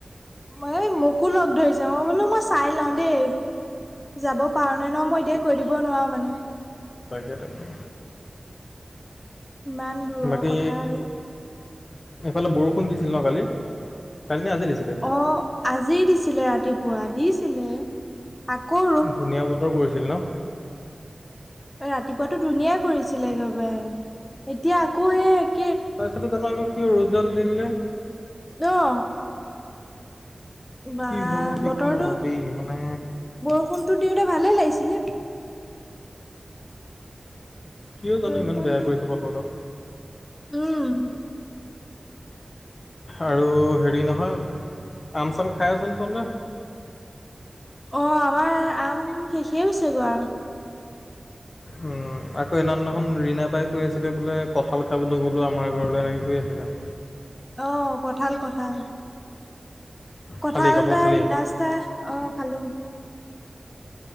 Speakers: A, on the left; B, on the left.
A: ম মোকো লগ ধৰিছে মই বোলো মই চাই লওঁ দেই যাব পাৰো ন ন মই এতি কৈ দিব নোৱাৰো মানে
B: তাকাকে তাকে
A: ইমান দূৰৰ
B: বাকী
A: কথা আৰু
B: এইফালে বৰষুণ দিছিল ন কালি কালি নে আজি দিছিলে?
A: অ আজি দিছিলে ৰাতিপুৱা দিছিলে আকৌ
B: ধুনীয়া বতৰ কৰিছিল ন
A: ৰাতিপুৱাতটো ধুনীয়াই কৰিছিলে একবাৰে এতিয়া আকৌ এ
B: তাৰপিছতে তনে আকৌ কি ৰ'দডাল দিলে
A: অ বা
B: কি হ'ব ঠিক
A: বতৰটো
B: নাই আৰু দেই মানে
A: বৰষুণতটো দিওঁতে ভালে লাগিছিলে
B: কিয় জানো
A: ৰ'দডাল
B: ইমান বেয়া
A: দি
B: কৰি চ ব তৰডাল
A: উম
B: আৰু হেৰি নহয় আম চাম খাই আছে তেলে
A: অ আমাৰ আম শেষে হৈছে গৈ আৰু
B: উম আকৌ এনান দেখন ৰৰিণা বাই কৈ আছিলে বোলে কঁঠাল খাবলৈ গলো আমাৰ ঘৰলৈ এনেকে কৈ আছিল আেলা
A: আহ কঠাল কঠাল কঁঠাল
B: খালি
A: তাৰ
B: খালি?
A: ই নাস্তা আহ খালো